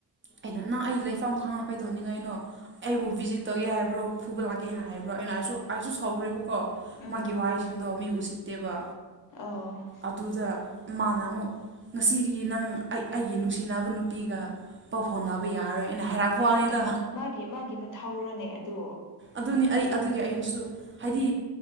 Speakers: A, on the right (about 30°); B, on the left (about 55°).
A: ꯑꯩꯅ ꯅꯪ ꯑꯩ ꯂꯩꯐꯝ ꯈꯪꯉꯛ ꯀꯩꯗꯧꯅꯤꯡꯉꯥꯏꯩꯅꯣ ꯑꯩꯕꯨ ꯚꯤꯖꯤꯠ ꯇꯧꯒꯦ ꯍꯥꯏꯕ꯭ꯔꯣ ꯐꯨꯕ ꯂꯥꯛꯀꯦꯅ ꯍꯥꯏꯕ꯭ꯔꯣ ꯑꯩꯅ ꯍꯥꯏꯁꯨ ꯑꯩꯁꯨ ꯁꯧꯈ꯭ꯔꯦꯔꯤꯕ ꯀꯣ
B: ꯎꯝ
A: ꯃꯥꯒꯤ ꯋꯥꯍꯩꯁꯤꯡꯗꯣ ꯃꯤ ꯎꯁꯤꯠꯇꯦꯕ
B: ꯑ
A: ꯑꯗꯨꯗ ꯃꯥꯅ ꯑꯃꯨꯛ ꯉꯁꯤꯗꯒꯤ ꯅꯪ ꯑꯩꯒꯤ ꯅꯨꯡꯁꯤꯅꯕ ꯅꯨꯄꯤꯒ ꯄꯥꯎꯐꯥꯎ ꯅꯥꯕ ꯌꯥꯔꯔꯣꯏ ꯑꯩꯅ ꯍꯥꯏꯔꯛꯄ
B: ꯑꯗꯨ
A: ꯋꯥꯅꯤꯗ
B: ꯃꯊ ꯃꯥꯒꯤ ꯃꯥꯒꯤ ꯃꯊꯧꯔꯣꯅꯦ ꯑꯗ
A: ꯑꯗꯨꯅꯤ ꯑꯩ ꯑꯗꯨꯒꯤ ꯑꯩꯅꯁꯨ ꯍꯥꯏꯗꯤ